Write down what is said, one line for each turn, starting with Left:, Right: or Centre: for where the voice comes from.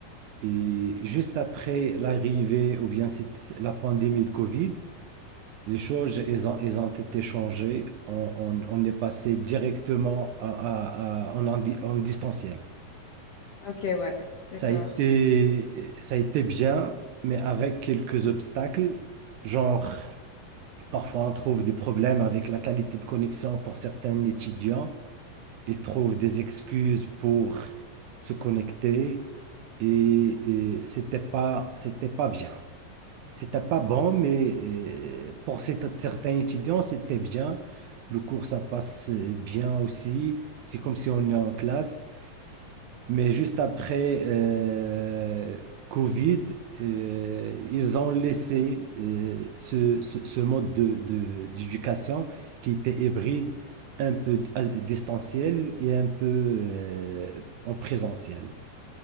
Right: et juste après l'arrivée ou bien c'est- c'est la pandémie de Covid, les choses, elles ont, elles ont été changées. On, on- on est passé directement à, à- à- en, en di- en distanciel.
Left: OK, ouais, d'accord.
Right: Ça a été, ça a été bien, mais avec quelques obstacles, genre. Parfois, on trouve des problèmes avec la qualité de connexion pour certains étudiants. Ils trouvent des excuses pour se connecter et, et c'était pas, c'était pas bien. C'était pas bon, mais euh, pour cet- certains étudiants, c'était bien. Le cours, ça passe bien aussi. C'est comme si on est en classe. Mais juste après euh, Covid, euh, ils ont laissé euh, ce, ce- ce mode de, de- d'éducation qui était hybride, un peu d- à- distanciel et un peu euh, en présentiel.